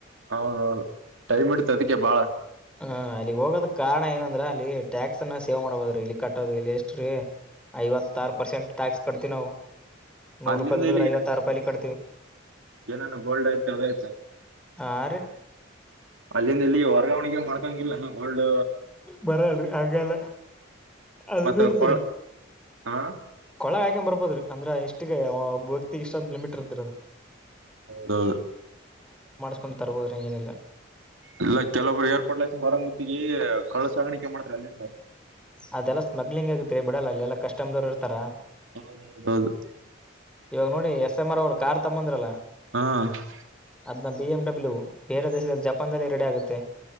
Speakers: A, on the right (about 80°); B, in the centre.
A: ಹೌದೌದು ಟೈಮ್ ಇಡ್ತ ಅದಕ್ಕೆ ಬಾಳ
B: ಹ ಅಲ್ಲಿ ಹೋಗೋದ ಕಾರಣ ಏನಂದ್ರ ಅಲ್ಲಿ ಟ್ಯಾಕ್ಸ್ ಅನ್ನ ಸೇವೆ ಮಾಡ್ಬೋದ್ರೀ ಇಲ್ಲಿ ಕಟ್ಟದ ಇಲ್ಲಿ ಎಷ್ಟ್ರೀ ಐವತ್ತಾರು ಪರ್ಸೆಂಟ್ ಟ್ಯಾಕ್ಸ್ ಕಡ್ತಿೀವಿ ನಾವು ನೂರು
A: ಅಲ್ಲಿಂದ
B: ರೂಪಾಯಿ ದುಡಿದ್ರ
A: ಇಲ್ಲಿ
B: ಐವತ್ತಾರು ರೂಪಾಯಿ ಇಲ್ಲಿ ಕಟ್ತೀವಿ
A: ಏನಾನ ಗೋಲ್ಡ್ ಐ್ತಿ ಅದಐ್ತೆ
B: ಆರು
A: ಅಲ್ಲಿಂದ ಇಲ್ಲಿ ವರ್ಗಾವಣೆಗೆ ಮಾಡ್ಕೊಂಗಿಲ್ಲ ನ ೋಲ್ಡ್
B: ಬರಲ್ರರಿ ಹಾಗಲ್ಲ ಅದು
A: ಮತ್ತೆ
B: ಇರ್ತರಿ
A: ಕೊಳ ಹಾ
B: ಕೊಳಗ ಬರ್ಬೋದ್ರ ಅಂದ್ರ ಇಷ್ಟಿಗೆ ಭಕ್ತಿ ಇಷ್ಟ ಅಂತ ಲಿಮಿಟ್ ಇರ್ದರಿ ಅದು
A: ಹೌ
B: ೊಂಡ ತರ್ಬೋ್ರ ಏನಿಲ್ಲ
A: ಇಲ್ಲ ಕೆಲೊಬ್ರು ಏರ್ಪೋರ್ಟ್ ಲ ಹಾಚನ್ ಬರಂಗ ಮುತ್ತಿಗೆ ಕಳ ಸಾಗಾಣಿಕೆ ಮಾಡ್ರ ಅಲ್ಲಿಂದ
B: ಅದೆಲ್ಲಾ ಸ್ಮಗ್ಲಿಂಗ್ ಆಗತ್ರಿ ಬಿಡಲ್ಲ ಅಲ್ಲ ಎಲ್ಲ ಕಷ್ಟಮದವ್ ಇರ್ತಾರ
A: ಹೌದೌದೌದು
B: ಇವಾಗ ನೋಡಿ ಎಸ್ ಎಂ ಆರ್ ಅವರು ಕಾರ್ ತಂಬಂದ್ರಲ್ಲ
A: ಹಾ
B: ಅದ್ನ್ನ ಬಿ ಎಮ ಡಬ್ಲ್ಯೂ ಬೇರೆ ದೇಶದಲ್ಲಿ ಜಪಾನ್ದಲ್ಲಿ ರೆಡಿ ಆಗುತ್ತೆ